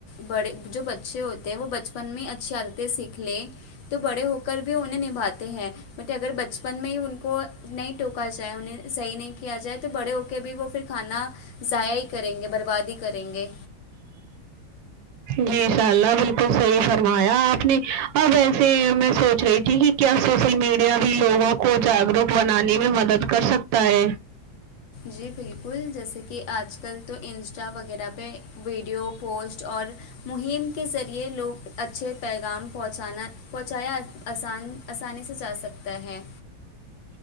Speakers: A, on the left (about 70°); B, on the right (about 75°).
A: بڑے جو بچے ہوتے وہ بچپن میں اچھے عادتیں سیکھ لے تو بڑے ہو کر بھی انہیں نبھاتے ہیں بٹ اگر بچپن میں ہی ان کو نہیں ٹوکا جائے انہیں صحیح نہیں کیا جائے تو بڑے ہو کے بھی وہ پھر کھانا ضائع ہی کریں گے برباد ہی کریں گے
B: جی شاء اللہ بالکل صحیح فرمایا آپ نے اب ایسے میں سوچ رہی تھی کہ کیا سوشل میڈیا بھی لوگوں کو جاگروک بنانے میں مدد کر سکتا ہے
A: جی بالکل جیسے کہ آج کل تو انسٹا وغیرہ پہ ویڈیو پوسٹ اور مہم کے ذریعے لوگ اچھے پیغام پہنچانا پہنچایا آسان آسانی سے جا سکتا ہے